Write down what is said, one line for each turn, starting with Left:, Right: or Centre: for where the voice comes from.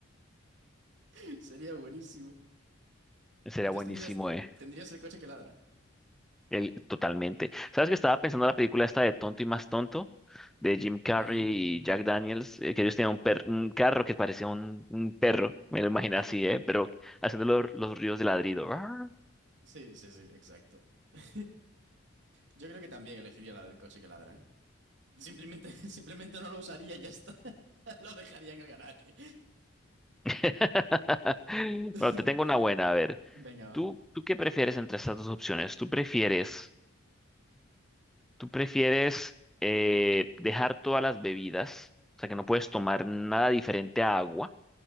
Right: <laughs> Sería buenísimo.
Centre: Sería
Right: Entonces
Centre: buenísimo,
Right: tendrías,
Centre: ¿eh?
Right: tendrías el coche que ladra.
Centre: El- totalmente. ¿Sabes que estaba pensando en la película esta de Tonto y Más Tonto? De Jim Carrey
Right: Ujú,
Centre: y Jack Daniels, eh, que ellos tenían un, per- un carro que parecía un, un perro, me lo imaginé
Right: Sí,
Centre: así, ¿eh? Pero haciendo los, los ríos de ladrido. Arr.
Right: sí, sí, sí, exacto. <laughs> Yo creo que también elegiría la del coche que ladra, ¿eh? Simplemente, <laughs> simplemente no lo usaría y ya está. <laughs> Lo dejaría en el garaje.
Centre: <laughs>
Right: <laughs>
Centre: Bueno, te tengo una buena, a ver.
Right: Venga, va.
Centre: ¿Tú, tú qué prefieres entre estas dos opciones? ¿Tú prefieres, tú prefieres eh, dejar todas las bebidas, o sea, que no puedes tomar nada diferente a agua?